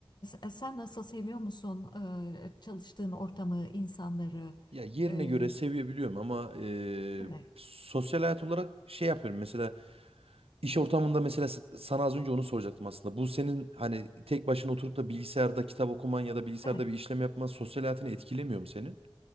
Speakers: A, on the left (about 50°); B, on the right (about 75°).
A: e, sen nasıl seviyor musun e, çalıştığın ortamı, insanları?
B: Ya yerine
A: E,
B: göre sevebiliyorum ama e,
A: değil mi?
B: sosyal hayat olarak şey yapıyorum. Mesela iş ortamında mesela s- sana az önce onu soracaktım aslında. Bu senin hani tek başına oturup da bilgisayarda kitap okuman ya da bilgisayarda
A: Evet.
B: bir işlem yapman sosyal hayatını etkilemiyor mu senin?